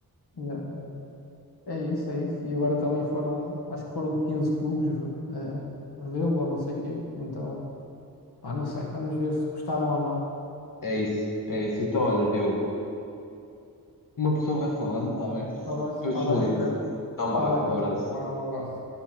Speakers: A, on the left (about 80°); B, on the left (about 55°).
A: yeah. É isso, é isso. E agora também foram, acho que foram 15 clubes eh, vê-lo ou não sei quê. Então, pá, não sei. Vamos ver se gostaram ou não.
B: É isso, é isso. Então, olha, Diogo. Uma pessoa vai falando, está bem?
A: Está bem, está
B: Depois
A: bem,
B: eu ligo.
A: ok.
B: Então,
A: Está
B: vá,
A: bem,
B: abraço.
A: está bem. Vá, Um abraço.